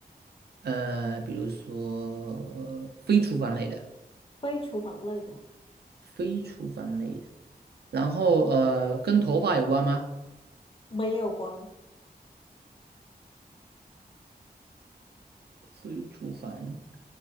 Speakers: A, on the right; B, on the left.
A: 呃，比如说非厨房类的？
B: 非厨房类的，
A: 非厨房类的，然后呃，跟头发有关吗？
B: 没有关，
A: 非厨房